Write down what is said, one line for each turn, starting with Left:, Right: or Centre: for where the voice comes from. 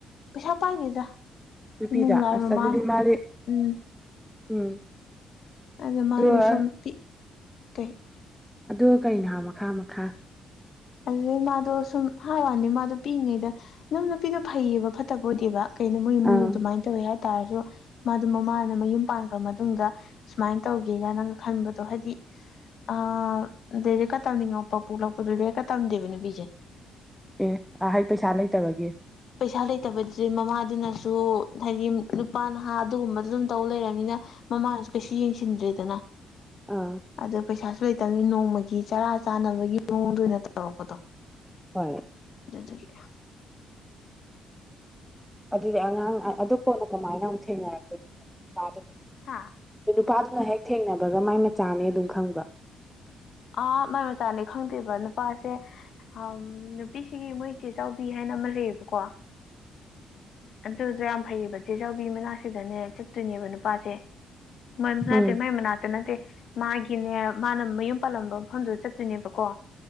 Left: ꯄꯩꯁꯥ ꯄꯥꯏꯅꯤꯗ
Centre: ꯅꯨꯄꯤꯗꯣ
Left: ꯏꯃꯨꯡ ꯂꯥꯏ
Centre: ꯑꯁ
Left: ꯃꯃꯥ
Centre: ꯑꯗꯨꯗꯤ ꯃꯥꯗꯤ
Left: ꯎꯝ
Centre: ꯎꯝ
Left: ꯑꯗꯒꯤ ꯃꯥꯗꯣ
Centre: ꯑꯗꯨꯒ
Left: ꯁꯝ ꯄꯤ ꯀꯩ
Centre: ꯑꯗ ꯀꯩꯅꯣ ꯍꯥ ꯃꯈꯥ ꯃꯈꯥ
Left: ꯑꯗꯨꯗꯩ ꯃꯥꯗꯣ ꯁꯨꯝ ꯍꯥꯏꯋꯥꯅꯤ ꯃꯥꯗꯣ ꯄꯤꯛꯏꯉꯩꯗ ꯑꯗꯨꯝ ꯅꯨꯄꯤꯗꯣ ꯐꯩꯌꯦꯕ ꯐꯠꯇꯕ ꯑꯣꯏꯗꯦꯕ ꯀꯩꯅꯣ ꯃꯣꯏ ꯏꯃꯨꯡꯗꯨ
Centre: ꯑꯥ
Left: ꯑꯗꯨꯃꯥꯏꯅ ꯇꯧꯋꯦ ꯍꯥꯏꯇꯥꯔꯁꯨ ꯃꯥꯗꯨ ꯃꯃꯥꯅ ꯃꯌꯨꯝ ꯄꯥꯟꯈ꯭ꯔ ꯃꯇꯨꯡꯗ ꯁꯨꯃꯥꯏꯅ ꯇꯧꯒꯦꯒꯅꯥ ꯈꯟꯕꯗꯣ ꯍꯥꯏꯗꯤ ꯑ ꯂꯩꯔꯀ ꯇꯝꯅꯤꯡꯉꯣꯄꯥꯄꯂꯛꯄꯗꯨꯔꯀ ꯇꯝꯗꯦꯕꯅꯦ ꯄꯤꯖꯦ
Centre: ꯑꯦ ꯑ ꯍꯩ ꯄꯩꯁꯥ ꯂꯩꯇꯕꯒꯤ
Left: ꯄꯩꯁꯥ ꯂꯩꯇꯕꯗꯨꯗꯤ ꯃꯃꯥꯗꯨꯅꯁꯨ ꯍꯥꯏꯗꯤ ꯅꯨꯄꯥ ꯅꯍꯥ ꯑꯗꯨꯒꯨꯝꯕꯗ ꯑꯗꯨꯝ ꯇꯧ ꯂꯩꯔꯕꯅꯤꯅ ꯃꯃꯥꯅꯁꯨ ꯀꯩꯁꯨ ꯌꯦꯡꯁꯤꯟꯗ꯭ꯔꯦꯗꯅ
Centre: ꯑꯥ
Left: ꯑꯗꯣ ꯄꯩꯁꯥ ꯂꯩꯇꯕꯅꯤ ꯅꯣꯡꯃꯒꯤ ꯆꯔꯥ ꯆꯥꯅꯕꯒꯤ ꯃꯑꯣꯡꯗ ꯑꯣꯏꯅ ꯇꯧꯔꯛꯄꯗꯣ
Centre: ꯍ
Left: ꯑꯗꯨꯗꯒꯤ
Centre: ꯑꯗꯨꯗꯤ ꯑꯉꯥꯡ ꯑꯗꯨ ꯀꯣꯟꯗ ꯀꯃꯥꯏꯅ ꯑꯃꯨꯛ ꯊꯦꯡꯅꯔꯛꯛꯇꯣꯏꯅꯣ ꯅꯨꯄꯥꯗꯨꯕꯨ
Left: ꯍꯥꯥ
Centre: ꯑ ꯅꯨꯄꯥꯗꯨꯅ ꯍꯦꯛ ꯊꯦꯡꯅꯕꯒ ꯃꯥꯏ ꯃꯆꯥꯅꯦ ꯑꯗꯨꯝ ꯈꯪꯕ
Left: ꯑ ꯃꯥꯏ ꯃꯆꯥꯅꯦ ꯈꯪꯗꯦꯕ ꯅꯨꯄꯥꯁꯦ ꯑ ꯅꯨꯄꯤꯁꯤꯒꯤ ꯃꯣꯏ ꯏꯆꯦ ꯆꯥꯎꯥꯎꯕꯤ ꯍꯥꯏꯅ ꯑꯃ ꯂꯩꯌꯦꯕꯀꯣ ꯑꯗꯨꯗ ꯌꯥꯝ ꯐꯩꯌꯦꯕ ꯆꯤꯖ ꯅꯨꯄꯤ ꯃꯅꯥꯛꯁꯤꯗꯅꯦ ꯆꯠꯇꯣꯏꯅꯦꯕ ꯅꯨꯄꯥꯁꯦ ꯃ
Centre: ꯎꯝ
Left: ꯅꯠꯇꯦ ꯃꯩ ꯃꯅꯥꯛꯇ ꯅꯠꯇꯦ ꯃꯥꯒꯤꯅꯦ ꯃꯥꯅ ꯃꯌꯨꯝ ꯄꯥꯜꯂꯝꯕ ꯃꯐꯝꯗꯨꯗ ꯆꯠꯇꯣꯏꯅꯦꯕꯀꯣ